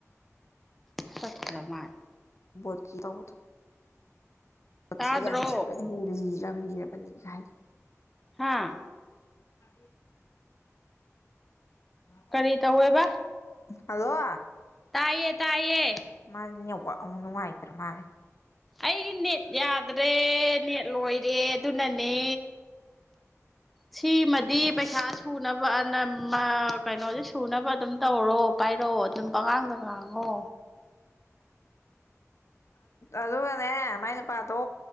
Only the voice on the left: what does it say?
ꯄꯣꯠꯀꯤ ꯇꯧꯕꯗꯣ ꯣꯊꯤꯔ
ꯌꯥꯝ ꯊꯤꯕꯅꯦ ꯂꯤꯔꯥ ꯌꯥꯝ ꯂꯤꯔꯕꯔꯕꯅꯤ ꯀ ꯍꯥꯏꯔ
ꯄ ꯀꯟ
ꯍꯜꯂꯣ
ꯃꯥꯅꯦ ꯎꯅ ꯍꯥꯏꯥꯏꯇ꯭ꯔ ꯃꯥꯂꯦ
ꯑꯗꯨꯒꯅꯦ ꯃꯥꯏ ꯅꯨꯄꯥꯗꯣ